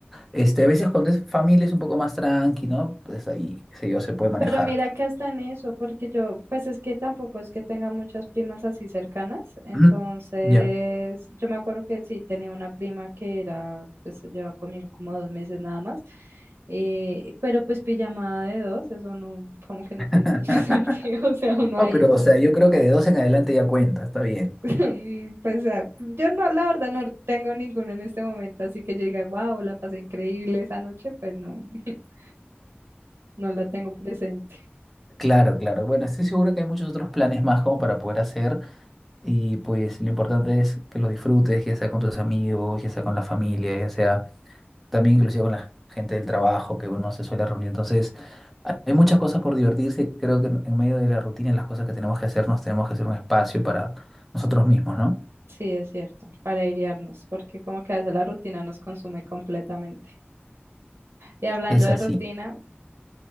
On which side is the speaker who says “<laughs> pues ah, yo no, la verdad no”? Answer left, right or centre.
Right